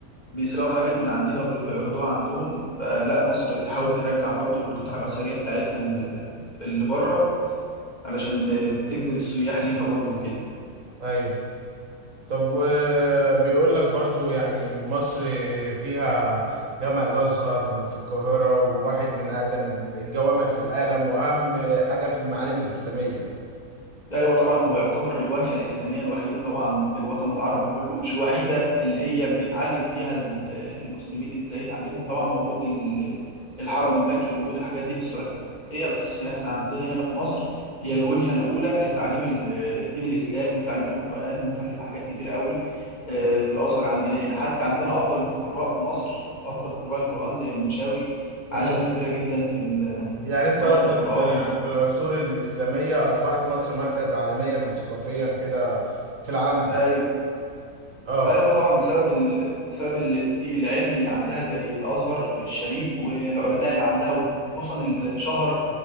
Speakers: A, on the left; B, on the right.
A: بيسرقوا حاجات من عندنا وبيروحوا يعرضوها عندهم فلا مصر بتحاول ترجع برضو القطع الأثرية بتاعتها ال- اللي بره علشان تجذب السياح ليها برضو وكده
B: ايوه طب وبيقول لك برضو يعني مصر فيها جامع الازهر في القاهره وواحد من اقدم الجوامع في العالم واهم حاجه في المعالم الاسلاميه
A: لا ايوه طبعا هو يعتبر الواجهه الاسلاميه الوحيده طبعا في الوطن العربي كله مش الوحيده اللي هي بيتعلم فيها ال- المسلمين ازاي يتعلموا طبعا موجود ال- الحرم المكي وموجود الحاجات دي في السعوديه بس احنا عندنا هنا في مصر هي الوجهه الاولى لتعليم ال- الدين الاسلامي وتعليم القران وتعليم حاجات كتير قوي آه، في الازهر عندنا هنا حتى عندنا افضل القراء في مصر افضل قراء القران زي المنشاوي
B: امم
A: علامه كبيره جدا في ال-
B: يعني انت
A: في قراءه
B: قصدك
A: القران و...
B: في العصور الاسلاميه اصبحت مصر مركز عالميا ثقافيا كده في العالم الاسلامي
A: أيوة.
B: اه
A: ايوه طبعا بسبب ال... بسبب ال... دي- العلم اللي عندها زي الازهر الشريف والعلماء اللي عندها وخصوصا اللي شهر